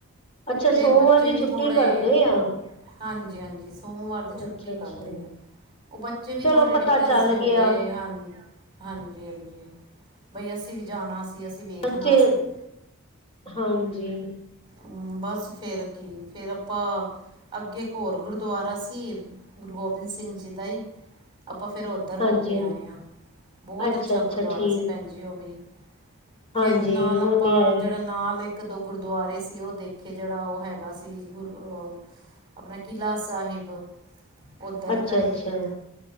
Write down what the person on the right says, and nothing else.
ਫੇਰ
ਬੱਚੇ
ਵੀ
ਥੋੜ੍ਹੇ
ਹਾਂਜੀ -ਹਾਂਜੀ, ਸੋਮਵਾਰ ਦੀ ਛੁੱਟੀ
ਕਰਦੇ ਨੇ, ਓ ਬੱਚੇ ਵੀ
ਥੋੜੇ
ਡਿਪ੍ਰੈ
ਜੇ ਹੋ
ਗਏ, ਹਾਂਜੀ- ਹਾਂਜੀ, ਬਈ ਅਸੀਂ ਵੀ ਜਾਣਾ। ਅਸੀਂ ਵੇਖਣਾ
ਸੀ।
ਹਮ, ਬਸ ਫੇਰ ਕੀ ਫੇਰ ਆਪਾਂ ਅੱਗੇ ਇੱਕ ਹੋਰ ਗੁਰਦੁਆਰਾ ਸੀ, ਗੁਰੂ ਗੋਬਿੰਦ ਸਿੰਘ ਜੀ ਦਾ ਹੀ। ਆਪਾਂ ਫਿਰ ਉੱਧਰ ਹੋ
ਕੇ ਆਏ ਹਾਂ, ਬਹੁਤ
ਅੱਛਾ ਗੁਰਦੁਆਰਾ
ਸੀ ਭੈਣ ਜੀ ਉਹ ਵੀ।
ਫਿਰ ਨਾਲ
ਆਪਾਂ
ਜਿਹੜਾ ਨਾਲ ਇੱਕ ਇੱਕ ਦੋ ਗੁਰਦੁਆਰੇ ਸੀ ਉਹ ਦੇਖੇ ਜਿਹੜਾ ਉਹ ਹੈਗਾ ਸੀ ਗੁਰ ਅਹ ਆਪਣਾ, ਕਿਲਾ ਸਾਹਿਬ ਉੱਧਰ
ਗਏ।